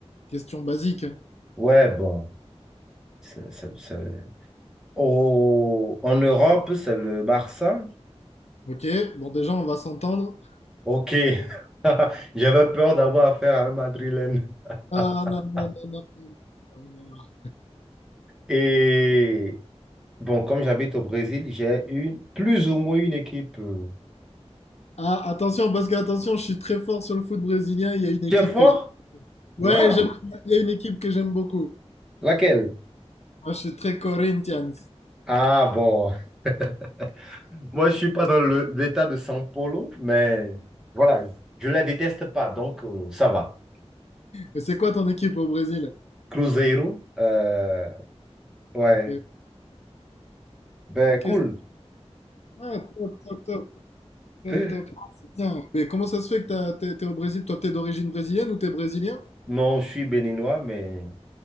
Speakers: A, on the left; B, in the centre.
A: Question basique. hein.
B: Ouais, bon, c'est- c'est- c'est- Au- en Europe, c'est le Barça.
A: Ok, bon déjà, on va s'entendre.
B: Ok, <laughs> j'avais peur d'avoir affaire à un Madrilène. <laughs>
A: Ah non, non, non, non, non, non, non, non.
B: Et bon, comme j'habite au Brésil, j'ai une plus ou moins une équipe. euh,
A: Ah, attention, parce que attention, je suis très fort sur le foot brésilien. Il y a une équipe
B: qui est fort?
A: que j'aime.
B: Waouh!
A: Ouais, j'aime- il y a une équipe que j'aime beaucoup.
B: Laquelle?
A: Moi, je suis très Corinthians.
B: Ah bon, <laughs> moi je suis pas dans le- l'état de São Paulo, mais voilà, je la déteste pas, donc euh, ça va.
A: Et c'est quoi ton équipe au Brésil?
B: Cruzeiro. euh, ouais.
A: Ok,
B: Ben,
A: ok.
B: cool.
A: Ah, top, top, top. Top,
B: Euh,
A: top. Ah, C'est bien. Mais comment ça se fait que t'as- t'es, t'es au Brésil? Toi, t'es d'origine brésilienne ou t'es brésilien?
B: Non, je suis béninois, mais